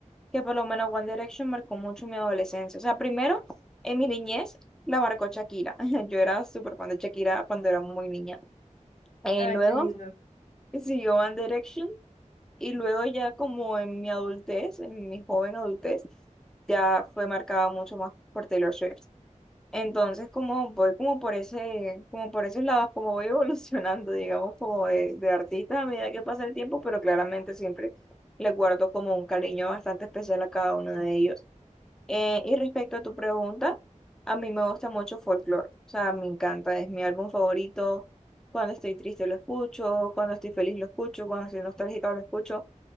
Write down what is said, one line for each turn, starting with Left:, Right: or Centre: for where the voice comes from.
Centre: que por lo menos One Direction marcó mucho mi adolescencia. O sea, primero, en mi niñez la marcó Shakira. <laughs> Yo era súper fan de Shakira cuando era muy niña. Eh,
Left: Ay,
Centre: luego
Left: qué lindo.
Centre: siguió One Direction y luego ya como en mi adultez, en mi joven adultez, ya fue marcada mucho más por Taylor Swift. Entonces, como voy como por ese, como por esos lados, como voy evolucionando, <laughs> digamos, como de, de artista a medida que pasa el tiempo, pero claramente siempre le guardo como un cariño bastante especial a cada uno de ellos. Eh, y respecto a tu pregunta, a mí me gusta mucho folklore, o sea, me encanta, es mi álbum favorito. Cuando estoy triste lo escucho, cuando estoy feliz lo escucho, cuando estoy nostálgica lo escucho.